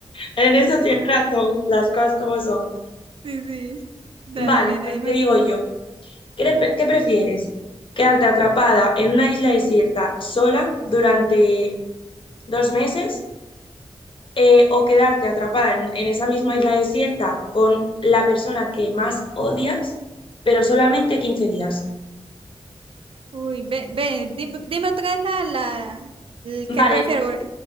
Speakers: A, on the left; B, on the right.
A: En eso tienes razón, las cosas como son.
B: Sí, sí. Dale,
A: Vale,
B: Elena,
A: pues
B: dime
A: te digo
B: tú.
A: yo, ¿qué, pre- qué prefieres? ¿Quedarte atrapada en una isla desierta sola durante dos meses? eh, o quedarte atrapada en, en esa misma isla desierta con la persona que más odias, pero solamente 15 días.
B: Uy, ve, ve, di dime otra vez la, la, el
A: Vale,
B: que prefiero.